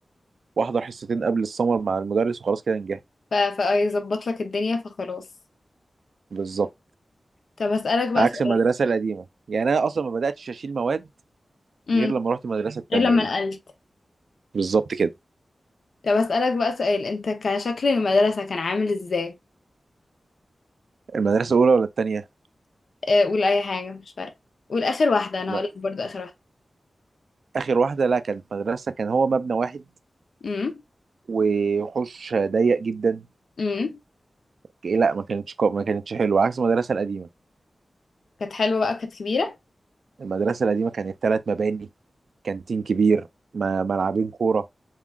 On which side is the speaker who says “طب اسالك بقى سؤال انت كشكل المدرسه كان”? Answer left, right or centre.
Left